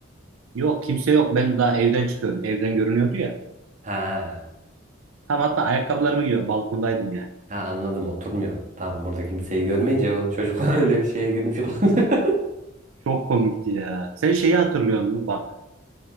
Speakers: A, on the right (about 75°); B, on the right (about 40°).
A: Yok kimse yok. Ben daha evden çıkıyorum. Evden görünüyordu ya.
B: Ha,
A: Tam hatta ayakkabılarımı giyiyorum. Balkondaydım yani.
B: ha anladım oturmuyorsun. Tamam orada kimseyi görmeyince o çocuklar <laughs> öyle bir şeye girmiş olabilir. <laughs>
A: Çok komikti ya. Sen şeyi hatırlıyor musun? Bak